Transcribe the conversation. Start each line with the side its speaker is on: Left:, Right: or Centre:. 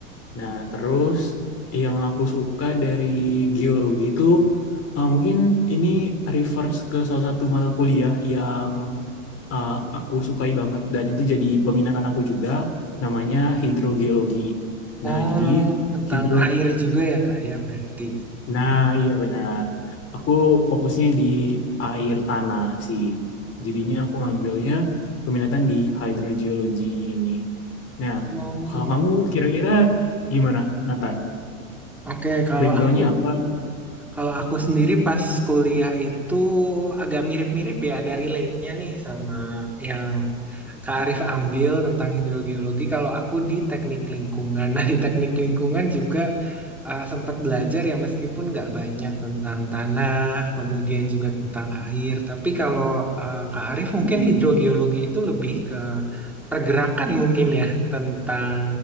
Left: Nah terus yang aku suka dari geologi itu eh, mungkin ini reverse ke salah satu mata kuliah yang eh, aku sukai banget dan itu jadi peminatan aku juga namanya hidrogeologi. Nah
Centre: Oh,
Left: jadi
Centre: tentang
Left: hidro
Centre: air juga ya Kak ya berarti.
Left: Nah, iya benar. Aku fokusnya di air tanah sih. Jadinya aku ngambilnya peminatan di hydrogeology ini. Nah,
Centre: Oh,
Left: kalau
Centre: gitu.
Left: kamu kira-kira gimana, Nathan?
Centre: Oke, kalau
Left: Backgroundnya
Centre: aku
Left: apa?
Centre: Kalau aku sendiri pas kuliah itu agak mirip-mirip ya, ada relate-nya nih sama yang Kak Arif ambil tentang hidrogeologi. Kalau aku di teknik lingkungan, <laughs> nah di teknik lingkungan juga eh, sempat belajar ya meskipun nggak banyak tentang tanah, kemudian juga tentang air. Tapi kalau eh, Kak Arif mungkin
Left: Hmm,
Centre: hidrogeologi itu lebih ke pergerakan mungkin ya, tentang